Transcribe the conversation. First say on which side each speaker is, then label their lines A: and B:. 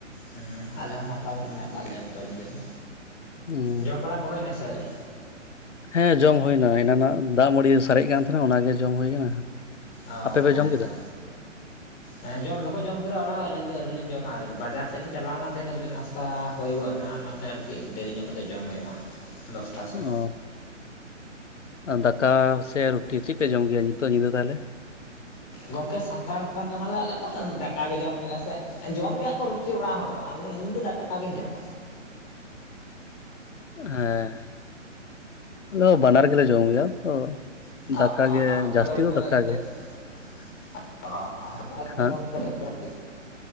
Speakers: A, on the left; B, on the left.
A: ᱦᱩᱸ ᱟᱞᱮ ᱦᱚᱸ ᱱᱟᱯᱟᱭ ᱜᱮ ᱢᱮᱱᱟᱜ ᱟᱠᱟᱜ ᱞᱮᱭᱟ ᱱᱤᱛᱚᱜ ᱛᱮᱫᱚ᱾
B: ᱦᱩᱸ,
A: ᱡᱚᱢ ᱵᱟᱲᱟ ᱠᱚ ᱦᱩᱭᱱᱟ ᱥᱮ ᱟᱹᱣᱨᱤ?
B: ᱦᱮᱸ ᱡᱚᱢ ᱦᱩᱭᱱᱟ ᱮᱱᱟᱱᱟᱜ ᱫᱟᱜᱽ ᱢᱟᱹᱲᱤ ᱥᱟᱨᱮᱜ ᱠᱟᱱ ᱛᱟᱦᱮᱸᱱᱟ ᱚᱱᱟ ᱜᱮ ᱡᱚᱢ ᱦᱩᱭ ᱠᱟᱱᱟ᱾
A: ᱚ
B: ᱟᱯᱮ ᱯᱮ
A: ᱦᱮᱸ
B: ᱡᱚᱢ ᱠᱮᱫᱟ
A: ᱛᱚ, ᱦᱮᱸ ᱡᱚᱢ ᱫᱚᱠᱚ ᱡᱚᱢ ᱠᱮᱫᱟ ᱚᱲᱟᱜ ᱦᱚᱸ ᱟᱹᱞᱤᱧ ᱫᱚ ᱟᱹᱣᱨᱤ ᱞᱤᱧ ᱡᱚᱢᱟ ᱟᱨᱠᱤ ᱵᱟᱡᱟᱨ ᱥᱮᱜ ᱞᱤᱧ ᱪᱟᱞᱟᱣ ᱞᱮᱱᱟ ᱛᱮᱦᱮᱸᱧ ᱠᱟᱹᱴᱤᱜ ᱱᱟᱥᱛᱟ ᱦᱩᱭ ᱜᱚᱫ ᱱᱟ ᱚᱱᱟ ᱛᱮ ᱟᱨᱠᱤ ᱫᱮᱨᱤ ᱧᱚᱜ ᱠᱟᱛᱮ ᱡᱚᱢ ᱦᱩᱭᱩᱜ-ᱟ ᱦᱟᱸᱜ ᱫᱚᱥᱴᱟ ᱥᱮᱫ
B: ᱚ ᱟᱨ ᱫᱟᱠᱟ ᱥᱮ ᱨᱩᱴᱤ ᱪᱮᱜ ᱯᱮ ᱡᱚᱢ ᱜᱮᱭᱟ ᱱᱤᱛᱚᱜ ᱧᱤᱫᱟᱹ ᱛᱟᱦᱚᱞᱮ?
A: ᱜᱚᱝᱠᱮ ᱥᱟᱱᱛᱟᱲ ᱦᱚᱯᱚᱱ ᱠᱟᱱᱟᱞᱮ ᱟᱞᱮ ᱫᱚ ᱫᱟᱠᱟ ᱜᱮ ᱡᱚᱢ ᱦᱩᱭᱩᱜ-ᱟ ᱥᱮ᱾ ᱡᱚᱢ ᱜᱮᱭᱟ ᱠᱚ ᱨᱩᱴᱤ ᱚᱲᱟᱜ ᱦᱚᱲ ᱫᱚ ᱟᱞᱮ ᱤᱧᱫᱚ ᱫᱟᱠᱟᱜᱤᱧ ᱡᱚᱢᱟ᱾
B: ᱦᱮᱸ ᱟᱞᱮᱫᱚ ᱵᱟᱱᱟᱨ ᱜᱮᱞᱮ ᱡᱚᱢ ᱜᱮᱭᱟ ᱛᱚ
A: <unintelligible>
B: ᱫᱟᱠᱟ ᱜᱮ ᱡᱟᱹᱥᱛᱤ ᱫᱚ ᱫᱟᱠᱟ ᱜᱮ
A: <unintelligible>
B: ᱦᱮᱸ